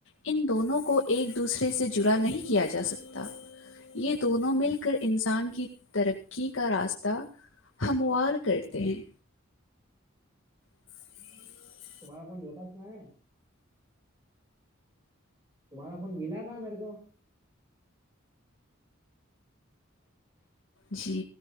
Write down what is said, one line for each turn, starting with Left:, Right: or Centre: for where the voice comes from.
Left: ان دونوں کو ایک دوسرے سے جڑا نہیں کیا جا سکتا یہ دونوں مل کر انسان کی ترقی کا راستہ ہموار کرتے ہیں <inaudible>
Right: تمہاران نیتاس ہے تمہارا فون ملا تھا میرے کو
Left: جی